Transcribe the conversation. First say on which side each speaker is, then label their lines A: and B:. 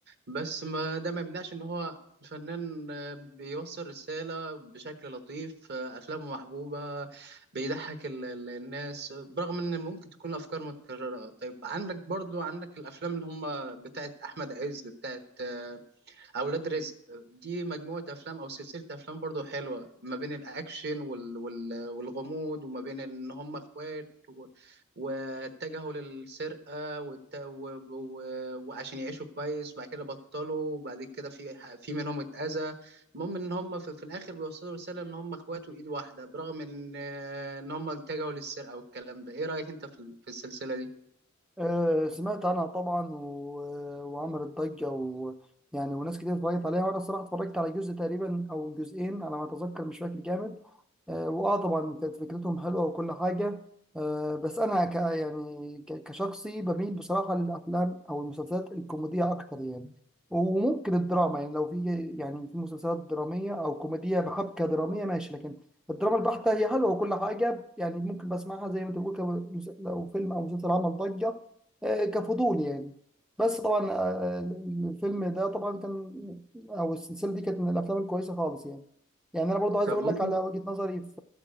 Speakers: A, on the right; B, in the centre.
A: بس ما ده ما يمنعش إن هو فنان آه، بيوصل رسالة بشكل لطيف آه، أفلامه محبوبة بيضحك ال- ال- الناس برغم إن ممكن تكون الأفكار متكررة طيب عندك برضو عندك الأفلام اللي هم بتاعت أحمد عز بتاعت آه، اولاد رزق دي مجموعه افلام او سلسله افلام برضو حلوه ما بين الاكشن وال... وال... والغموض وما بين ان هم اخوات و... واتجهوا للسرقه وت... و... و... وعشان يعيشوا كويس بعد كده بطلوا وبعد كده في في منهم اتاذى المهم ان هم في... في الاخر بيوصلوا رساله ان هم اخوات وايد واحده برغم ان ان هم اتجهوا للسرقه والكلام ده ايه رايك انت في, ال- في السلسله دي
B: آه، سمعت عنها طبعا و... آه، وعملت ضجة و... يعني وناس كتير اتفرجت عليها وانا الصراحة اتفرجت على جزء تقريبا او جزئين على ما اتذكر مش فاكر جامد آه، واه طبعا كانت فكرتهم حلوة وكل حاجة آه، بس انا ك... يعني ك... كشخصي بميل بصراحة للافلام او المسلسلات الكوميدية اكتر يعني وممكن الدراما يعني لو في يعني في مسلسلات درامية او كوميدية بحبكة درامية ماشي لكن الدراما البحتة هي حلوة وكل حاجة يعني ممكن بسمعها زي ما انت بتقول كمس- لو فيلم او مسلسل عمل ضجة آه، كفضول يعني بس طبعا آه، الفيلم ده طبعا كان او السلسله دي كانت من الافلام الكويسه خالص يعني يعني انا برضو عايز
A: طب
B: اقول
A: ممكن
B: لك على وجهه نظري في